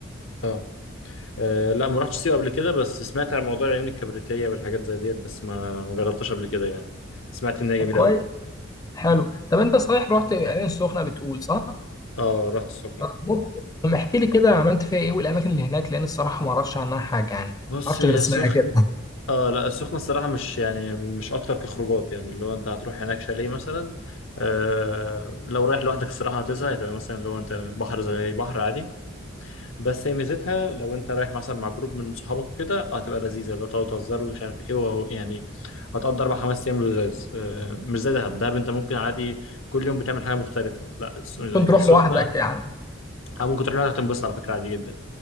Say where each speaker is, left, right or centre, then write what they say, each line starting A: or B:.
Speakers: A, on the left; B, on the left.
A: اه آه، لا ما رحتش سيوه قبل كده بس سمعت عن موضوع العيون الكبريتيه والحاجات زي ديت بس ما ما جربتهاش قبل كده يعني سمعت ان هي جميله
B: كويس
A: قوي
B: حلو طب انت صحيح رحت العين السخنه بتقول صح؟
A: اه رحت السخنه
B: ممكن طب احكي لي كده عملت فيها ايه والاماكن اللي هناك لان الصراحه ما اعرفش عنها حاجه يعني
A: بص
B: ما اعرفش
A: هي
B: غير اسمها
A: سخن
B: كده <laughs>
A: اه لا السخنه الصراحه مش يعني مش اكتر كخروجات يعني اللي هو انت هتروح هناك شاليه مثلا آه لو رايح لوحدك الصراحه هتزهق تبقى مثلا لو انت بحر زي أي بحر عادي بس هي ميزتها لو انت رايح مثلا مع جروب من صحابك وكده هتبقى لذيذه لو تقعدوا تهزروا ومش عارف ايه وهو يعني هتقضي اربع خمس ايام لذيذ آه، مش زي دهب دهب انت ممكن عادي كل يوم بتعمل حاجه مختلفه لا الس- يعني
B: كنت تروح
A: السخنه
B: لوحدك يعني
A: او ممكن تروح لها تنبسط على فكره عادي جدا